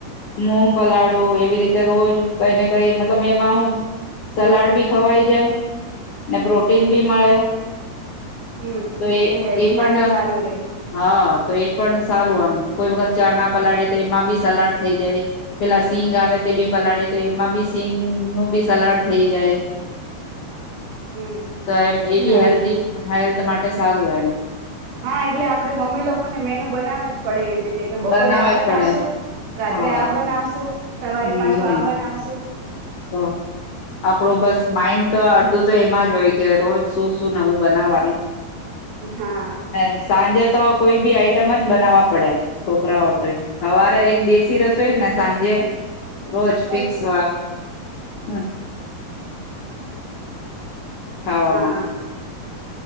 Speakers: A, on the left; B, on the right.
A: મૂગ પલાળું એવી રીતે રોજ કઈ ને કઈ મતલબ એમાં હું સલાડ બી ખવાઈ જાય ને પ્રોટીન બી મળે.
B: હમ
A: તો એ
B: હેલ્થ
A: એ પણ
B: માટે સારું રે
A: હા તો એ પણ સારું આમ કોઈ વખત ચરણા પલાડે તો એમાં બી સલાડ થઈ જાય પેલા સિંગ આવે તે બી પલાળે તે એમાં બી સિંગ નું બી સલાડ થઈ જાય
B: હમ
A: તો એમ એ બી
B: ના
A: હેલ્ધ હેલ્ માટે સારું હોય એમ
B: હા એટલે આપડે મમ્મી લોકો ને મેનુ બનાવવા જ પડે એવી રીતે તે કે બપોરે
A: બનાવવા
B: આ બનાવશુ
A: જ પડે
B: રાત્રે
A: હા
B: આ બનાવશું સવારે
A: હમ
B: પાછું આ બનાવશું.
A: તો આપડો બસ માઇન્ડ તો અડધું તો એમાં જ હોય કે રોજ શું શું નવું બનાવવાનું.
B: હા
A: હ સાંજે તો આ કોઈ બી આઈટમ જ બનાવવા પડે. છોકરાઓ તોય હવારે એક દેશી રસ સાંજે રોજ
B: કઈક
A: ફિક્સહ હમ ખાવામાં
B: હા